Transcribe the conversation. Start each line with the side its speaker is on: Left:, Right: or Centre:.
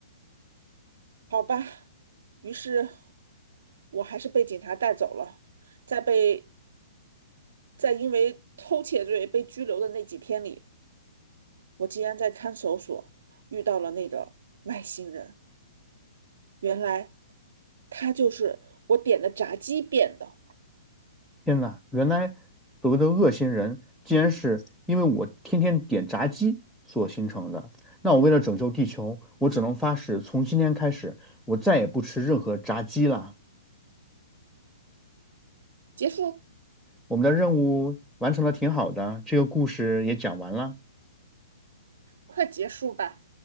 Right: 好吧，于是我还是被警察带走了。在被在因为偷窃罪被拘留的那几天里，我竟然在看守所遇到了那个外星人。原来他就是我点的炸鸡变的。
Centre: 天呐，原来所谓的恶心人，竟然是因为我天天点炸鸡所形成的。那我为了拯救地球，我只能发誓，从今天开始，我再也不吃任何炸鸡了。
Right: 结束，
Centre: 我们的任务完成的挺好的，这个故事也讲完了。
Right: 快结束吧。